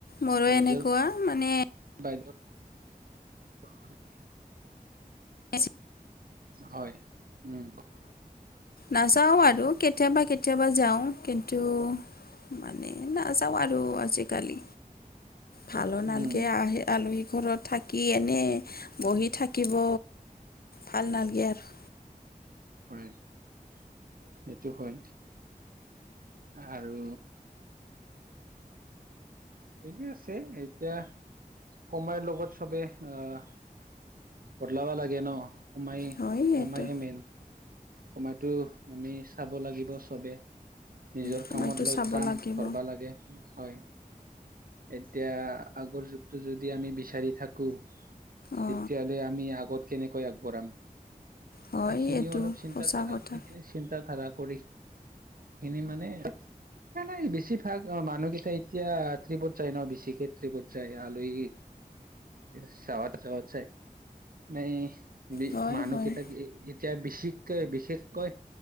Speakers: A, on the left (about 80°); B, on the right (about 70°).
A: মোৰো
B: নিজৰ
A: এনেকুৱা মানে
B: বাইদেউ অ
A: <unintelligible>
B: হয় উম
A: নাযাওঁ আৰু কেতিয়াবা কেতিয়াবা যাওঁ কিন্তু মানে নাযাওঁ আৰু আজিকালি ভালো নালকে
B: উম
A: আহে আলহী ঘৰত থাকি এনেই বহি থাকিব ভাল নাগে আৰু
B: কৰে সেইটো হয়। আৰু ঠিকেই আছে এতিয়া সময়ৰ লগত চবে আহ ঘলবা লাগে ন অ মাই
A: হয় হয়
B: অ
A: এইটো
B: মাই মেইন সময়তো আমি চাব লাগিব চবে। নিজৰ
A: সময়টো
B: কামত লৈ
A: চাব
B: কাম
A: লাগিব
B: ধৰিবা লাগে হয়। এতিয়া আগৰ যুগটো যদি আমি বিচাৰি থাকো
A: অঁ
B: তেতিয়াহলে আমি আগত কেনেকৈ আগবঢ়াম।
A: হয়
B: সেইখিনিও
A: এইটো।
B: অলপ চিন্তা
A: সঁচা
B: ধাৰা
A: কথা
B: কৰি কিনে চিন্তা ধাৰা কৰি, খিনি মানে নাই নাই বেছি ভাগ অঁ মানুহকেইটা এতিয়া ট্ৰিপত যায় ন বেছিকে ট্ৰিপত যায়, আলহী চাৱত চবত চাই, নাই
A: হয়
B: মানুহ
A: হয়
B: কেইটা এ এতিয়া বিচিককৈ বিশেষকৈ।